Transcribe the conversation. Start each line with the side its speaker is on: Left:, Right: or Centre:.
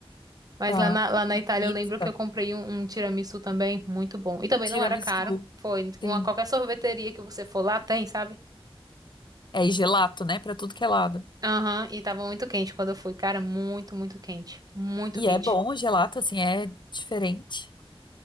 Right: Mas
Left: Tá.
Right: lá na, lá na
Left: E
Right: Itália
Left: pizza,
Right: eu lembro que eu comprei um, um tiramisu também, muito bom. E também
Left: tiramisu,
Right: não era caro. Foi
Left: sim.
Right: uma qualquer sorveteria que você for lá tem, sabe?
Left: É, e gelato, né? Pra tudo que é lado.
Right: Aham, e tava muito quente quando eu fui, cara, muito, muito quente, muito
Left: E
Right: quente.
Left: é bom o gelato, assim, é diferente.